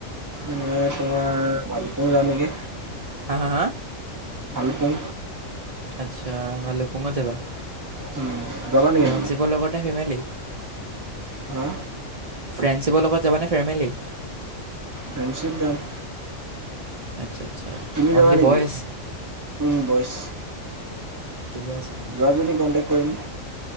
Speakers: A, on the right (about 20°); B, on the right (about 50°).
A: এই তোমাৰ ভালুকপুং যাওঁ নিকি।
B: হা হা হা?
A: ভালুকপুং।
B: আটচ্চা ভালুকপুঙত যাবা। ফ্ৰেণ্ডশ্বিপৰ
A: উম যাবা নেকি তুমি
B: লগত নে ফেমিলি?
A: হা?
B: ফ্ৰেণ্ডশ্বিপৰ লগত যাব নে ফেমিলি?
A: ফ্ৰেণ্ডশিপ যাম।
B: আচ্ছা আচ্ছা।
A: তুমি যাবা
B: অনলি
A: নিকি?
B: বইজ
A: উম বইচ।
B: ঠিকেই আছে।
A: যোৱা যদি কণ্টেক কৰিম।